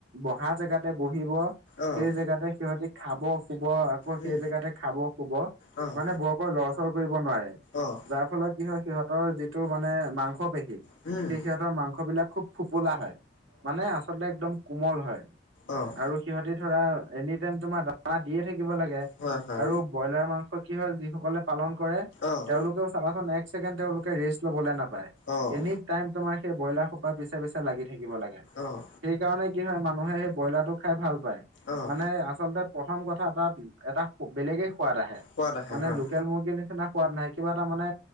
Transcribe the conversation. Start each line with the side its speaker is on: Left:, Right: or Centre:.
Right: বহা জেগাতে বহিব
Left: অ'।
Right: সেই জেগাতে সিহতি খাব, শুব আ ব
Left: উম,
Right: সেই জেগাতে খাব, শুব
Left: অ',
Right: মানে বৰকৈ লৰচৰ কৰিব নোৱাৰে।
Left: অ',
Right: যাৰ ফলত কি হয় সিহঁতৰ যিটো মানে মাংসপেশী
Left: উম।
Right: সেই সিহঁতৰ মাংসবিলাক খুব ফোপোলা হয়। মানে আ চলতে একদম কোমল হয়
Left: অ', অ'।
Right: আৰু সিহঁতি ধৰা এনি টাইম তোমাৰ দানা দিয়ে থাকিব লাগে।
Left: হয় হয়।
Right: আৰু ব্ৰইলাৰ মাংস কি হয় যিসকলে পালন কৰে
Left: অ'।
Right: তেওঁলোকেও চাবাচোন এক্স ছেকেণ্ড তেওঁলোকে ৰেচ লবলৈ নাপায়।
Left: অ'।
Right: এনিটাইম তোমাৰ সেই ব্ৰইলাৰ সোপাৰ পিছে - পিছে লাগি থাকিব লাগে।
Left: অ',
Right: সেইকাৰণে কি হয় মানুহে সেই ব্ৰইলাৰটো খাই ভাল পায়।
Left: অ'।
Right: মানে আচলতে প্ৰথম কথা এটা - এটা সো বেলেগে সোৱাদ আহে।
Left: সোৱাদ আহে
Right: মানে
Left: হয়,
Right: লোকেল মুৰ্গীৰ নিচিনা সোৱাদ নাই, কিবা এটা মানে